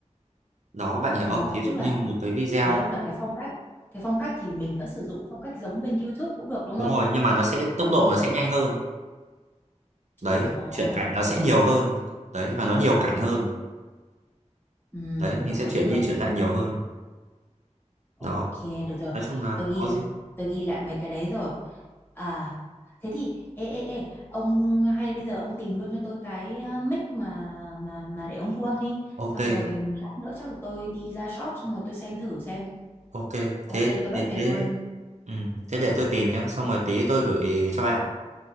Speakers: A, on the right; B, on the left.
A: đó bạn hiểu
B: Ờ,
A: không thí dụ
B: tức là
A: như một cái video
B: ý ông là cái phong cách cái phong cách thì mình vẫn sử dụng phong cách giống bên YouTube cũng được đúng
A: đúng
B: không?
A: rồi nhưng mà nó sẽ tốc độ nó sẽ nhanh hơn đấy
B: Ờ
A: chuyển cảnh
B: ok.
A: nó sẽ nhiều hơn đấy và nó nhiều cảnh hơn
B: Ừ,
A: đấy
B: được
A: mình sẽ
B: được
A: chuyển
B: được.
A: đi chuyển lại nhiều hơn
B: Ok
A: đó
B: được rồi.
A: nói chung là
B: Tôi ghi
A: có gì
B: tôi ghi lại mấy cái đấy rồi. À thế thì ê ê ê ông hay bây giờ ông tìm luôn cho tôi cái ờ, mic mà mà mà để ông thu âm đi.
A: ok
B: Xong rồi một lát nữa chắc là tôi đi ra shop xong rồi tôi xem thử xem.
A: ok
B: Ok
A: thế
B: tôi back
A: thế
B: về
A: thế
B: luôn.
A: ừ. thế để tôi tìm nhá xong rồi tí tôi gửi cho bạn